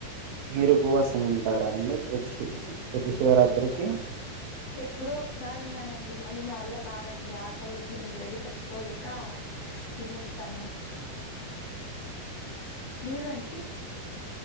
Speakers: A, on the right; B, on the left.
A: మీరు ఉపవాసం ఉంటారా అండి ప్ర ప్రతి శివరాత్రికి
B: ఎప్పుడో ఒకసారి ఉన్నానండి మళ్ళీ నా వల్ల కాదండి ఆకలికి నిద్రకి తట్టుకోలేక తినేస్తాను మీరు అండి